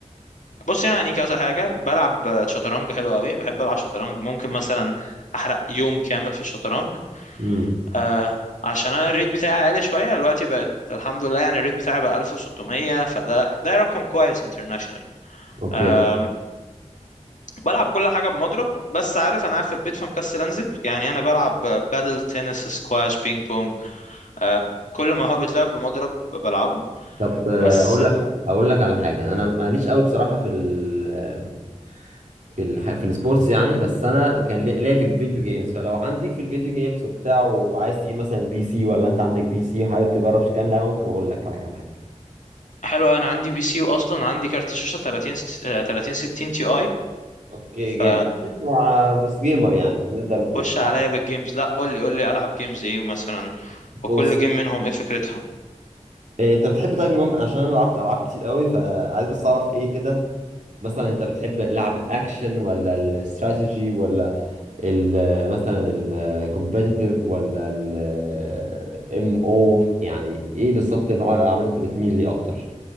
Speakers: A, on the left; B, on the right.
A: بص يعني كذا حاجه بلعب آه، شطرنج حلو قوي بحب العب شطرنج ممكن مثلا احرق يوم كامل في الشطرنج
B: امم
A: آه عشان انا الريت بتاعي عالي شويه دلوقتي بقت الحمد لله يعني الريت بتاعي بقى 1600 فده ده رقم كويس انترناشونال
B: اوكي
A: أم، بلعب كل حاجه بمضرب بس عارف انا قاعد في البيت فمكسل انزل يعني انا بلعب بادل تنس سكواش بينج بونج آه كل ما هو بيتلعب بمضرب بلعبه
B: طب آه،
A: بس
B: اقول لك اقول لك على حاجه انا ماليش قوي بصراحه في ال في الح... في السبورتس يعني بس انا كان لي- ليا في الفيديو جيمز فلو عندك في الفيديو جيمز وبتاع وعايز تجيب مثلا بي سي ولا انت عندك بي سي وحابب تجرب في كام لعبه ممكن اقول لك على كام حاجه
A: حلو انا عندي بي سي واصلا عندي كارت شاشه 30 ست- آه، 30 60 تي اي
B: اوكي
A: ف
B: جامد أنت ع- بس جيمر يعني نقدر نقول
A: خش عليا
B: طبعاً.
A: بالجيمز لا قول لي قول لي العب جيمز ايه مثلا وكل
B: بص
A: جيم منهم ايه فكرتها
B: إيه، انت بتحب طيب نوم عشان انا لعبت العاب كتير قوي فعايز بس اعرف ايه كده مثلا انت بتحب لعب الاكشن ولا الاستراتيجي ولا ال مثلا الكومبيتيتيف ولا الام او يعني ايه بالظبط نوع الالعاب اللي انت بتميل ليه اكتر